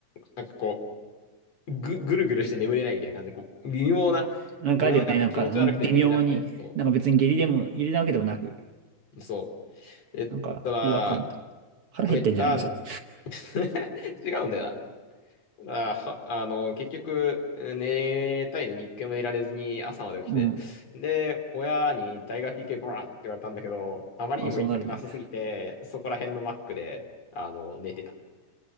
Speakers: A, on the left; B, on the right.
A: なんかこう、ぐ、ぐるぐるして眠れないみたいな感じで、こう、微妙な、
B: なんかあるよね。
A: 微妙な感じで気持ち悪くて寝れなくて、
B: なんか、微妙に。
A: そ
B: なんか別に下痢でも、下痢なわけでもなく、
A: う、そう。え、
B: なんか違和感だ。
A: ただ、
B: 腹減ってんじゃないのそれ。
A: めっあ、<laughs> 違うんだよな。あ、はあの、結局、寝たいのに一回もいられずに朝まで起きて。
B: うん。
A: で、親に大学行けこらって言われたんだけど、あまりにも行きたくなさすぎて、
B: まあそうなるね。
A: そこら辺のマックで、あの、寝てた。